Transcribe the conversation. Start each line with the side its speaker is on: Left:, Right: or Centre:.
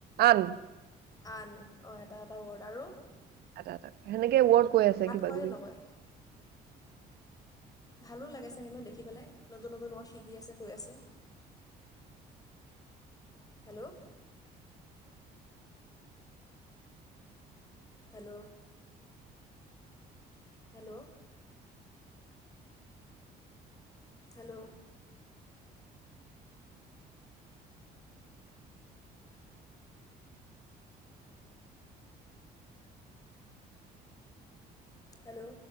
Right: আন।
Left: আন অ এটা এটা অৰ্ডাৰো।
Right: এটা সেনেকে। যে ৱৰ্ড কৈ আছে কিবা
Left: কয়নে
Right: কিবি।
Left: নকয় ভালো লাগে চাগে ন দেখি পেলাই নতুন নতুন ৱৰ্ড শিকি আছে কৈ আছে hello. Hello. Hello hello hello